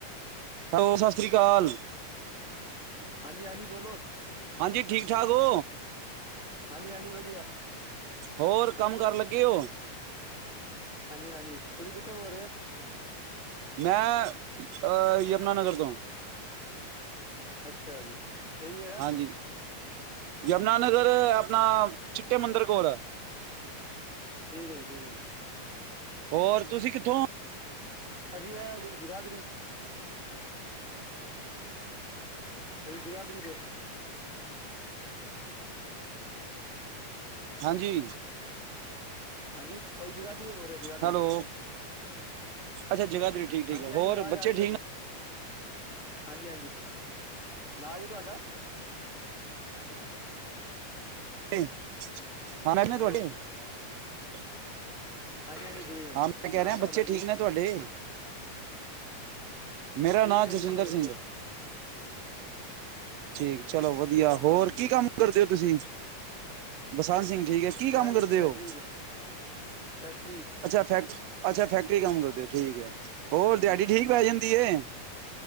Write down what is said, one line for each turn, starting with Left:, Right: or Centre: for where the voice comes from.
Right: ਹੈਲੋ ਸਤਿ ਸ੍ਰੀ ਅਕਾਲ
Left: ਹਾਂਜੀ ਹਾਂਜੀ ਬੋਲੋ
Right: ਹਾਂਜੀ ਠੀਕ ਠਾਕ ਹੋ
Left: ਹਾਂਜੀ ਹਾਂਜੀ ਵਧੀਆ
Right: ਹੋਰ <unintelligible>
Left: ਹਾਂਜੀ ਹਾਂਜੀ ਤੁਸੀਂ ਕਿੱਥੋਂ ਬੋਲ ਰਹੇ ਹੋ
Right: ਮੈਂ ਯਮੁਨਾਾਨਗਰ ਤੋਂ
Left: ਅੱਛਾ ਜੀ ਜਗ੍ਹਾ
Right: ਹਾਂਜੀ ਯਮੁਨਾਨਗਰ ਆਪਣਾ ਚਿੱਟੇ ਮੰਦਿਰ ਕੋਲ ਹੈ
Left: ਠੀਕ ਗਈ ਠੀਕਈ
Right: ਹੋਰ ਤੁਸੀਂ ਕਿੱਥੋਂ
Left: ਅਸੀਂ ਆ ਜਰਾਦਰੀ ਅਸੀਂ ਜਰਾਦਰੀ ਦੇ
Right: ਹਾਂਜੀ
Left: ਹਾਂਜੀ ਅਰੇ ਜਗਾਾ ਤੋਂ ਬੋ ਰਿਹਾ ਜਗਾਦਰੀ
Right: ਹੈਲੋ,
Left: ਤੋਂ
Right: ਅੱਛਾ ਜਗ੍ਹਾ ਤੇਰੀ ਠੀਕ ਠੀਕ
Left: ਹਾਂਜੀ
Right: ਹੋਰ
Left: ਹਾਂਜੀ ਆਵਾਜ਼
Right: ਬੱਚੇ
Left: ਆ ਰਹੀ
Right: ਠੀਕ
Left: ਤੁਹਾਡੀ
Right: ਨਾ
Left: ਹਾਂਜੀ ਹਾਂਜੀ ਨਾਂ ਜ ਤੁਹਾਡਾ
Right: <unintelligible> ਹਾਂ <unintelligible>
Left: ਹੈਲੋ ਹਾਂਜੀ ਹਾਂਜੀ ਠੀਕ
Right: ਹਾਂ ਮੈਂ ਕਹਿ
Left: ਨਾ
Right: ਰਿਹਾ
Left: ਤੁਹਾਡਾ
Right: ਬੱਚੇ
Left: ਕੀ
Right: ਠੀਕ ਨੇ ਤੁਹਾਡੇ? ਮੇਰਾ
Left: ਠੀਕ
Right: ਨਾਂ
Left: ਹੈ
Right: ਜਸਵਿੰਦਰ
Left: ਠੀਕ ਹੈ ਬੱਚੇ
Right: ਸਿੰਘ ਠੀਕ
Left: ਅੱਛਾ
Right: ਚਲੋ ਵਧੀਆ
Left: ਮੇਰਾ ਬਸੰਤ
Right: ਹੋਰ
Left: ਸਿੰਘ
Right: ਕੀ ਕੰਮ
Left: ਹੈ
Right: ਕਰਦੇ ਹੋ ਤੁਸੀਂ ਬਸੰਤ ਸਿੰਘ ਠੀਕ ਹੈ ਕੀ
Left: ਮੈਂ
Right: ਕੰਮ
Left: ਵੀਰੀ
Right: ਕਰਦੇ
Left: ਫੈਕਟਰੀ
Right: ਹੋ
Left: ਚ ਫੈਕ
Right: ਅੱਛਾ ਫੈਕ ਅੱਛਾ ਫੈਕਟਰੀ ਕੰਮ ਕਰਦੇਓ ਠੀਕ ਹੈ ਹੋਰ
Left: ਹਾਂਜੀ
Right: ਦਿਹਾੜੀ
Left: ਹਾਂਜੀ
Right: ਠੀਕ ਪੈ ਜਾਂਦੀ ਹੈ